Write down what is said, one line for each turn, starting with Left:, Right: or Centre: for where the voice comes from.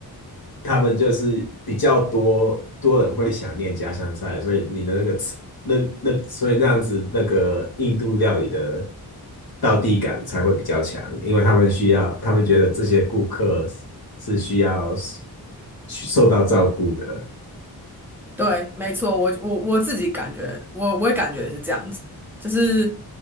Left: 他们就是比较多多人会想念家乡菜，所以你的那个吃那那所以那样子那个印度料理的道地感才会比较强，因为他们需要他们觉得这些顾客是需要受到照顾的。
Centre: 对，没错，我我我自己感觉，我我也感觉也是这样子，就是